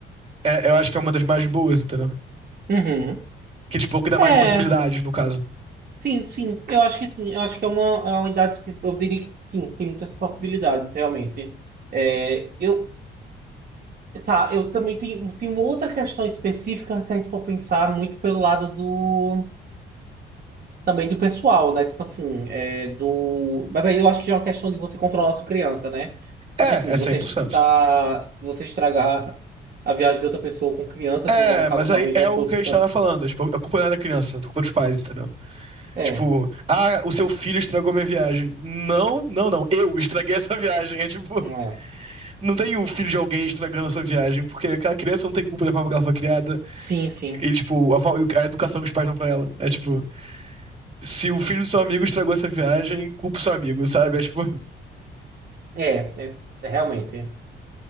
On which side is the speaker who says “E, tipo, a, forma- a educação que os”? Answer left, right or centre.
Right